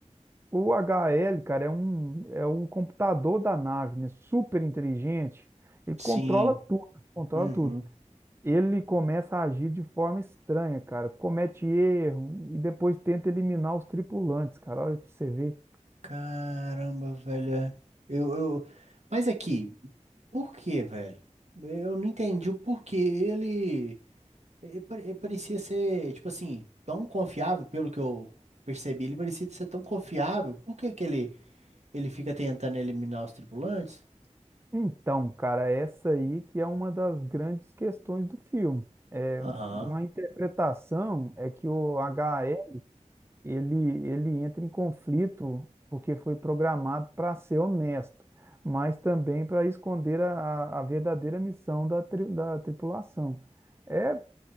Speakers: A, on the right; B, on the right.
A: O HL, cara, é um, é o computador da nave, né? Super inteligente. Ele
B: Sim.
A: controla tudo, controla
B: Uhum.
A: tudo. ele começa a agir de forma estranha, cara. Comete erro e depois tenta eliminar os tripulantes, cara. Olha pra você ver.
B: Caramba, velho. é. Eu, eu... Mas aqui, por que, velho? Eu não entendi o porquê ele. Ele pare- ele parecia ser, tipo assim, tão confiável, pelo que eu percebi, ele parecia ser tão confiável. Por que que ele, ele fica tentando eliminar os tripulantes?
A: Então, cara, essa aí que é uma das grandes questões do filme. É,
B: Aham.
A: uma interpretação é que o HE, ele, ele entra em conflito porque foi programado para ser honesto, mas também para esconder a, a a verdadeira missão da, tri, da tripulação. É,